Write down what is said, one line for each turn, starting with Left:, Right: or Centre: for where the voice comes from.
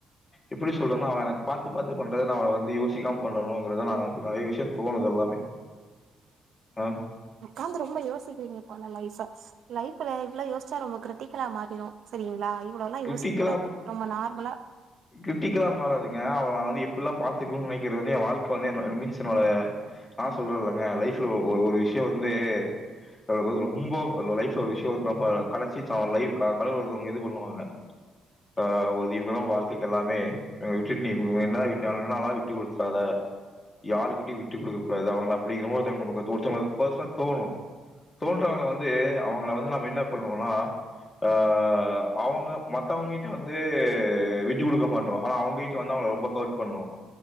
Left: எப்டி சொல்றனா அவ எனக்கு பாத்துபாத்து பண்றது நா அவ வந்து யோசிக்காம பண்றனோ அவங்கள நெறைய விஷயோ தோணுது எல்லாமே அ
Right: உக்காந்து ரொம்ப யோசிக்கிறீங்க போல லைஃப லைஃப்ல இப்பல்லா யோச்சா ரொம்ப கிரிட்டிக்கலா மாறிடு செரிங்களா இவ்வுளல்லா
Left: கிரிட்டிக்கலா
Right: யோசிக்க கூடாது ரொம்ப நார்மலா
Left: கிரிட்டிக்கலா மாறாதீங்க அவுங்க வந்து எப்பலா பாத்துக்கணோ நினைக்கிறதே எ வாழ்க்க வந்து மீன்ஸ் என்னோட ஆ சொல்றயில்லங்க லைஃப்ல ஒ ஒரு விஷ்யோ வந்து அவ வந்து ரொம்ப லைஃப் ஒரு விஷய நம்ப கடைசி சாமாலை லைக்க <unintelligible> கடவுள் இது பண்ணுவாங்க ஆ <unintelligible> வாழ்க் க்கு எல்லாமே என்ன விட்டு நீ என்ன விட்டு கொடுத்தறாத யாருகிட்டயு விட்டு குடுக்க கூடாது அவங்கள அப்டியே இன்னொறோதுதங்க ஒருத்தவங்க பர்சனல் தோனு தோன்றவங்களா வந்து அவுங்கள வந்து நம்ம என்ன பண்ணுவோனா ஆ அவுங்க மத்தவங்க கிட்ட வந்து விட் விட்டு கொடுக்க மாட்டோ ஆனா அவுங்க கிட்ட வந்து அவங்கள ரொம்ப ஹர்ட் பண்ணுவோ